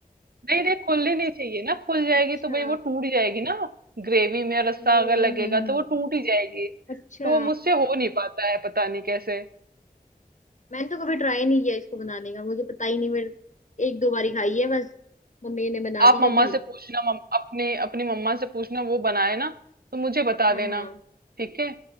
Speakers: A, on the right (about 80°); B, on the left (about 50°).
A: नहीं नहीं खुलनी नहीं चाहिए ना खुल जाएगी
B: अच्छा
A: तो भाई वो टूट जाएगी ना ग्रेवी में रस्सा
B: हम्म
A: अगर लगेगा
B: हम्म हम्म,
A: तो वो टूट ही जाएगी
B: अच्छा
A: तो वो मुझसे हो नहीं पाता है पता नहीं कैसे
B: मैंने तो कभी ट्राई नहीं किया इसको बनाने का मुझे पता ही नहीं मेरे एक दो बारी खाई है बस मम्मी ने बना दी
A: आप मम्मा
B: कभी
A: से पूछना मम, अपने अपनी मम्मा से पूछना वो बनाए ना तो मुझे बता
B: हाँ
A: देना
B: हाँ
A: ठीक है